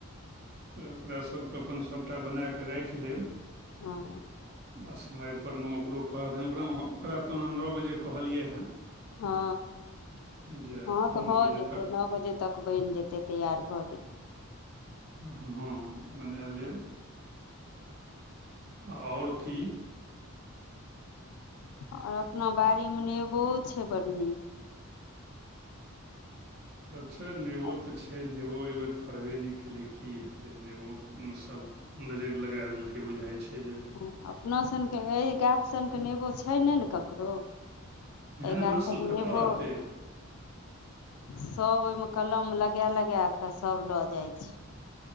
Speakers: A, on the right (about 45°); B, on the left (about 80°).
A: त ओकरासभकेँ अपन सभटा बनाए के राखिलेब
B: हँ
A: आ समयपर मे ओकरो कह दनि ओकरा ओकरा तऽ नओ बजे कहलियै हँ
B: हँ
A: जे
B: हँ तऽ
A: नओ
B: भऽ
A: बजे
B: जेतै
A: तक
B: नओ बजे तक बनि जेतै तैयार भऽ जेतै
A: हँ मने लेब आओर की
B: आओर अपना बाड़ी मे नेबो छै बड़ नीक
A: अच्छा नेबो
B: हँ
A: तऽ छै नेबो एहिबेर फड़बे नहि कै की हेतै नेबोमे सब नजैर लगाए देलकै बुझाइ छै जे
B: हँ अपना सबके एहि गाछ सनके नेबो छै नहि ने ककरो एहि
A: एहन
B: गाछक
A: नस्ल कतऽ
B: नेबो
A: रहतै
B: सब ओहिमे कलम लगै-लगै कऽ सब लऽ जाय छै